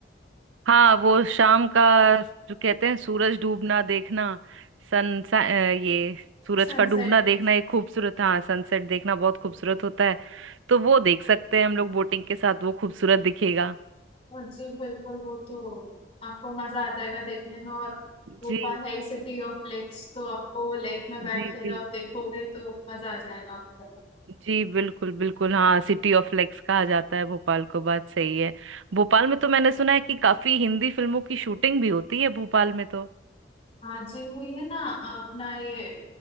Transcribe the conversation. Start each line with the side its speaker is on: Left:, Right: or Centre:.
Right: हाँ वो शाम का जो कहते हैं सूरज डूबना देखना सन सा, अ, ये सूरज
Left: सनसेट
Right: का डूबना देखना एक खूबसूरत हाँ सनसेट देखना बहुत खूबसूरत होता है तो वो देख सकते हैं हम लोग बोटिंग के साथ वो खूबसूरत दिखेगा
Left: हाँ जी बिल्कुल वो तो आपको मजा आ जाएगा देखने में और भोपाल
Right: जी
Left: है ही सिटी ऑफ लेक्स तो आपको वो लेक में बैठ
Right: जी
Left: के जब
Right: जी
Left: आप देखोगे तो मजा आ जाएगा आपको
Right: जी बिल्कुल बिल्कुल हाँ सिटी ऑफ लेक्स कहा जाता है भोपाल को बात सही है भोपाल में तो मैंने सुना है कि काफी हिंदी फिल्मों की शूटिंग भी होती है भोपाल में तो
Left: हाँ जी हुई है ना अपना ये